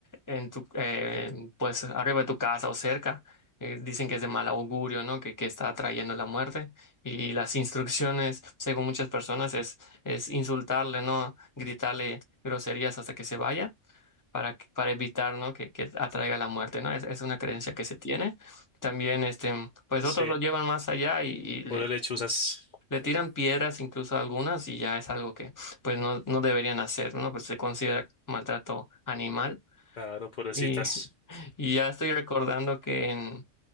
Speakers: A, on the left; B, on the left.
A: en tu, eh, pues arriba de tu casa o cerca, eh, dicen que es de mal augurio, ¿no? Que, que está atrayendo la muerte. Y las instrucciones, según muchas personas, es, es insultarle, ¿no? Gritarle groserías hasta que se vaya para, que- para evitar, ¿no? que, que atraiga la muerte, ¿no? Es, es una creencia que se tiene. También, este, pues
B: sí,
A: otros lo llevan más allá y, y le,
B: por lechuzas,
A: le tiran piedras incluso a algunas y ya es algo que pues no, no deberían hacer, ¿no? Pues se considera maltrato animal.
B: claro, pobrecitas.
A: Y, <laughs> y ya estoy recordando que en,